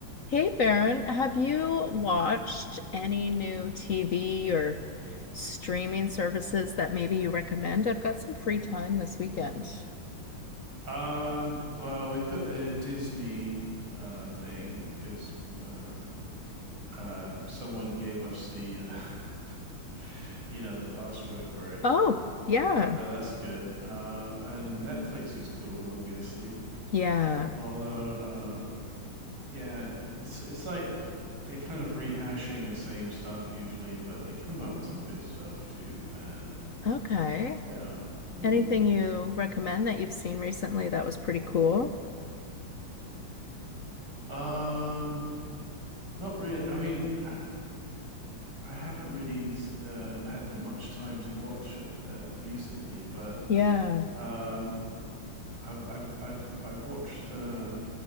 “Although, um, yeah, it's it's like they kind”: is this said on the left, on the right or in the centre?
Right